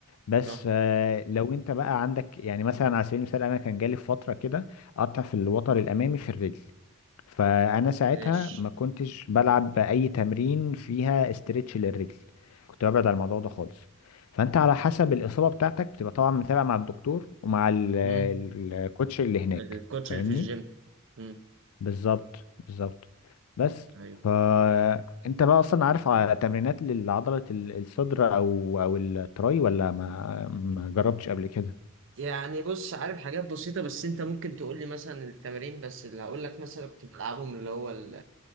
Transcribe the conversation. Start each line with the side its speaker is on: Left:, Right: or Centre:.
Left: بس
Right: صح
Left: آه، لو انت بقى عندك يعني مثلا على سبيل المثال انا كان جالي في فتره كده قطع في الوتر الامامي في الرجل فانا ساعتها
Right: ماشي
Left: ما كنتش بلعب اي تمرين فيها استرتش للرجل كنت ببعد عن الموضوع ده خالص فانت على حسب الاصابه بتاعتك بتبقى طبعا متابع مع الدكتور ومع ال- ال-
Right: مم.
Left: الكوتش اللي هناك
Right: الكوتش
Left: فاهمني
Right: اللي في الجيم مم.
Left: بالظبط بالظبط بس
Right: ايوه
Left: فانت بقى اصلا عارف ع- تمرينات لعضلة ال- الصدر او او التراي ولا ما ما جربتش قبل كده
Right: يعني بص عارف حاجات بسيطة بس انت ممكن تقول لي مثلا التمارين بس اللي هقول لك مثلا كنت بلعبهم اللي هو ال